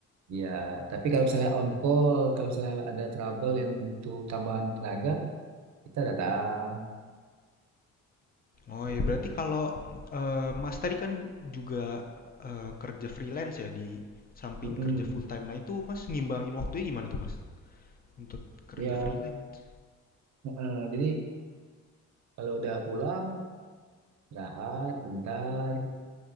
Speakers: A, on the right; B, on the left.
A: Ya, tapi kalau misalnya on call, kalau misalnya ada trouble yang butuh tambahan tenaga, kita datang
B: Oh
A: gitu
B: iya, berarti
A: loh.
B: kalau eh, Mas tadi kan juga eh, kerja freelance ya di samping
A: Mm-mm.
B: kerja full time. Nah itu Mas ngimbangin waktunya gimana tuh Mas untuk kerja
A: Ya,
B: freelance?
A: mm-mm. Jadi kalau udah pulang, istirahat bentar,